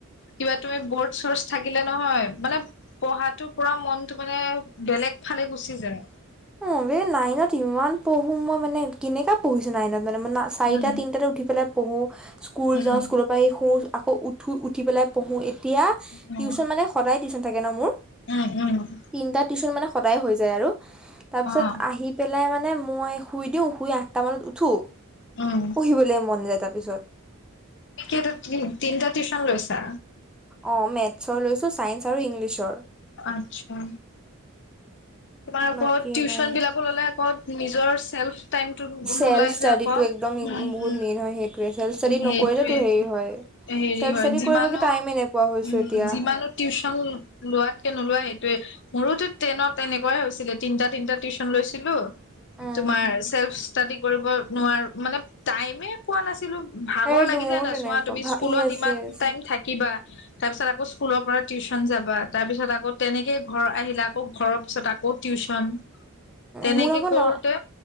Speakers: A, on the left; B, in the centre.
A: কিবা তুমি বৰ্ড চৰ্ছ থাকিলে নহয়, মানে- পঢ়াটোৰ পৰা মনতো মানে বেলেগ ফালে গুচি যায়।
B: অ', এই নাইনত ইমান পঢ়োঁ মই মানে। কেনেকা পঢ়িছোঁ নাইনত। মানে- চাৰিটা
A: উম,
B: তিনটাতে উঠি পেলাই পঢ়োঁ। স্কুল
A: উম,
B: যাওঁ, স্কুলৰ পৰা আহি শুওঁ। আকৌ উঠো, উঠি পেলাই পঢ়োঁ। এতিয়া
A: উম,
B: টিউচন মানে, সদায় টিউচন থাকে ন মোৰ!
A: উম, উম।
B: তিনটা টিউচন মানে সদায় হৈ যায় আৰু। তাৰপিছত
A: অ',
B: আহি- পেলাই মানে, মই শুই দিওঁ। শুই আঠটামানত উঠোঁ।
A: উম।
B: পঢ়িবলৈ মন যায় তাৰপিছত।
A: কেইটা তিন, তিনিটা টিউচন লৈছা?
B: অ', মেথছৰ লৈছোঁ, ছাইন্ঞ্চৰ আৰু ইংলিছৰ।
A: আচ্ছা। তোমাৰ আকৌ
B: বাকী
A: টিউচন
B: নাই
A: বিলাকো ল'লে আকৌ, নিজৰ। চেল্ফ টাইমটো
B: চেল্ফ
A: নোলাই
B: ষ্টাডি
A: যে আকৌ।
B: টো একদম
A: উম,
B: বহুত মেইন হয় সেইটোয়ে। চেল্ফ। যদি
A: সেইটোৱে
B: নকৰিলেতো হেৰি হয়।
A: হেৰি
B: চেল্ফ
A: হয়
B: ষ্টাডি
A: যিমানো
B: কৰিবগে টাইমে নোপোৱা হৈছো
A: উ,
B: এতিয়া
A: যিমানো। টিউচন লোৱাতকে নোলোৱা সেইটোৱে। মোৰোতো টেনত। তেনেকোৱাই হৈছিলে। তিনটা তিনটা টিউচন লৈছিলোঁ।
B: উম,
A: তোমাৰ চেল্ফচ। ষ্টাডি কৰিব নোৱাৰোঁ। মানে টাইমে। পোৱা নাছিলোঁ। ভাগৰ
B: সেইটো
A: লাগি
B: মোৰো
A: যায় নাই।
B: তেনেকুৱা
A: চোৱা তুমি,
B: ভা
A: স্কুলত
B: য়েছ
A: ইমান
B: য়েছ
A: টাইম থাকিবা। তাৰ পিছত আকৌ স্কুলৰ পৰা টিউচন যাবা। তাৰ পিছত আকৌ তেনেকেই ঘৰ আহিলা। আকৌ ঘৰত। তাপিছত আকৌ টিউচন। তেনেকে
B: মোৰ আকৌ
A: কৰোতে
B: ন